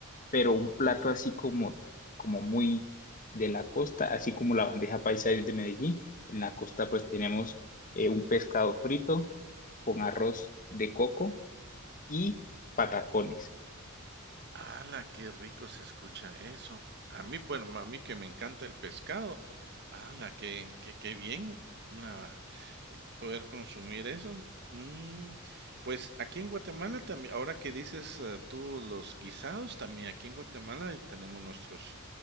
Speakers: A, on the left (about 40°); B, on the right (about 55°).
A: pero un plato así como, como muy de la costa, así como la bandeja paisa es de Medellín, en la costa pues tenemos eh, un pescado frito con arroz de coco y patacones.
B: ¡Hala, qué rico se escucha eso! A mí, bueno, a mí que me encanta el pescado. ¡Hala, qué, qué, qué bien una- eh, poder consumir eso! Mm, pues aquí en Guatemala también, ahora que dices eh, tú los guisados, también aquí en Guatemala tenemos nuestros